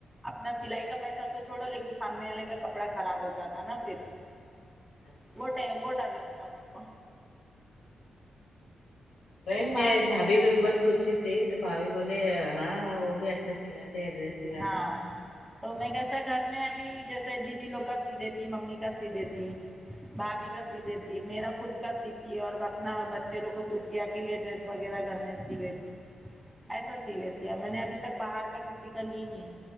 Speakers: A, in the centre; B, on the left.
A: اپنا سلائی کا پیسہ تو چھوڑو لیکن سامنے والے کا کپڑا خراب ہو جاتا نا پھر
B: اچھا
A: وہ ٹے وہ ڈر لگتا میکو
B: وہی
A: باہر
B: میں
A: کا
B: بھابھی
A: نہیں
B: کو ایک
A: لیتی
B: بار پوچھی تھی تو بھابھی بولے ہاں وہ بھی اچھا سلاتے ہیں ڈریس سلاتے
A: ہاں
B: ہیں
A: تو میں کیسا گھر میں ابھی جیسے دیدی لوگ کا سی دیتی ممی کا سی دیتی بھابھی
B: ہاں
A: کا سی دے دیتی ہے میرا خود کا سیتی ہے اور اپنا بچے لوگ کو صوفیہ کے لیے ڈریس وغیرہ گھر میں سی لیتی
B: اچھا
A: ایسا سی لیتی ہے میں نے ابھی تک باہر کا کسی کا لی نہیں